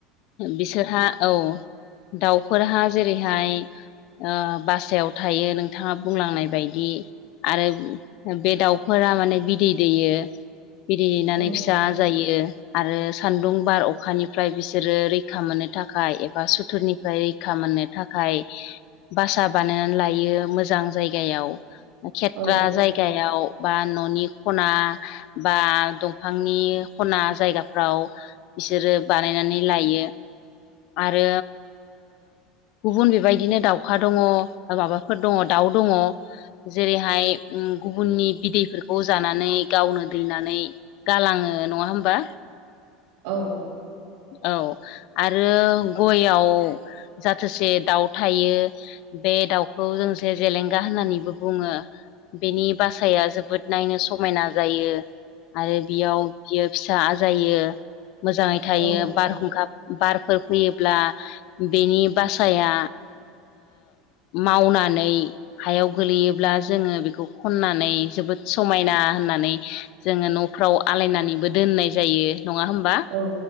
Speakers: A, on the left (about 50°); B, on the right (about 75°).
A: बिसोरहा औ दाउफोरहा जेरैहाय बासायाव थायो नोंथाङा बुंलांनाय बायदि आरो बे दाउफोरा माने बिदै दैयो बिरहैनानै
B: औ
A: फिसा जायो आरो सान्दुं बार अखानिफ्राय बिसि बिसोरो रैखा मोननो थाखाय एबा सुथुरनिफ्राय रैखा मोननो थाखाय भासा बानायनानै लायो मोजां जायगायाव खेथ्रा
B: औ
A: जायगा बिगायाव बा न'नि खना बा दंफांनि खना जायगाफ्राव बिसोरो बानायनानै लायो आरो गुबुन बेबायदिनो दाउखा दङ माबाफोर दङ दाउ दङ जेरैहाय गुबुननि बिदैफोरखौ जानानै गावनो दैनानै गालाङो नङा होमबा
B: औ
A: औ आरो गययाव जाथोसे दाउ थायो बे दाउखौ जोंसे जेलेंगा होननानैबो बुङो बेनि बासाया जोबोद नायनो समायना जायो आरो बेयाव बियो फ फसा जायो मोजाङै थायो
B: औ
A: बारहुंखा बारफोर फैयोब्ला बेनि बासाया मावनानै हायाव गोलैयोब्ला जोङो बेखौ खननानै जोबोद समायना होननानै जोङो न'फ्राव आलायनानैबो दोननाय जायो नङा होमबा
B: औ